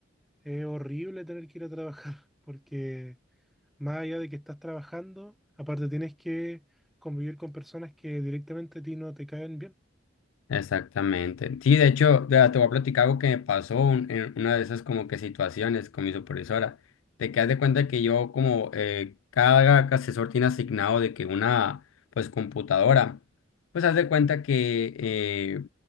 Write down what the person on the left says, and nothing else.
Exactamente. Sí, de hecho, vea, te voy a platicar algo que me pasó un- en una de esas como que situaciones con mi supervisora, de que haz de cuenta que yo como eh, cada asesor tiene asignado de que una pues computadora, pues haz de cuenta que eh,